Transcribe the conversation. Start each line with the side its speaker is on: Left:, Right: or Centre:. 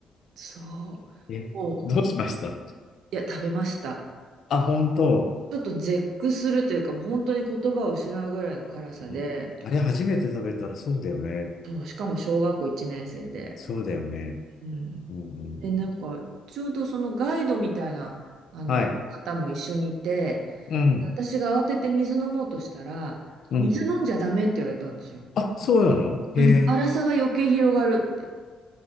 Right: そう、
Left: え、
Right: もう、
Left: どうしました
Right: いや、食べました。
Left: あ、本当。
Right: ちょっと絶句するというか、もう本当に言葉を失うぐらいの辛さで、
Left: うんあれ初めて食べたらそうだよね。
Right: そう、しかも小学校1年生で。
Left: そうだよね。
Right: うん。
Left: うんうんうん、
Right: で、なんか、ちょうどそのガイドみたいな、あの、
Left: はい。
Right: 方も一緒にいて、
Left: うん。
Right: 私が慌てて水飲もうとしたら、
Left: うん。
Right: 水飲んじゃダメって言われたんですよ。
Left: あ、そうなのへえ。
Right: うん。辛さが余計広がるって。